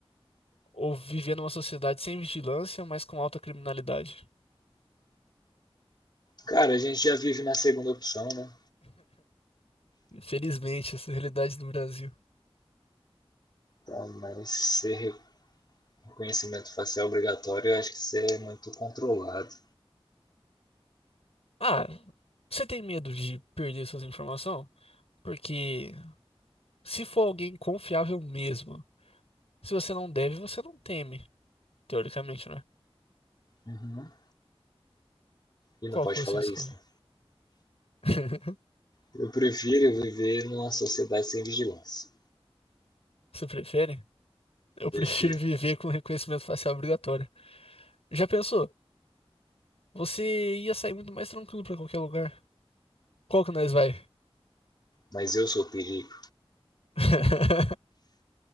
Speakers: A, on the left (about 80°); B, on the left (about 45°).
A: ou viver numa sociedade sem vigilância, mas com alta criminalidade?
B: Cara, a gente já vive na segunda opção, né?
A: Infelizmente, essa é a realidade do Brasil.
B: Então, mas ser reconhecimento facial obrigatório, eu acho que isso é muito controlado.
A: Ah, você tem medo de perder suas informações? Porque se for alguém confiável mesmo, se você não deve, você não teme, teoricamente, né?
B: Uhum. E
A: Qual
B: não pode
A: que você
B: falar
A: escolhe?
B: isso, né?
A: <laughs>
B: Eu prefiro viver numa sociedade sem vigilância.
A: Você prefere? Eu prefiro
B: Prefiro.
A: viver com reconhecimento facial obrigatório. Já pensou? Você ia sair muito mais tranquilo pra qualquer lugar. Qual que nós vai?
B: Mas eu sou o perigo.
A: <laughs>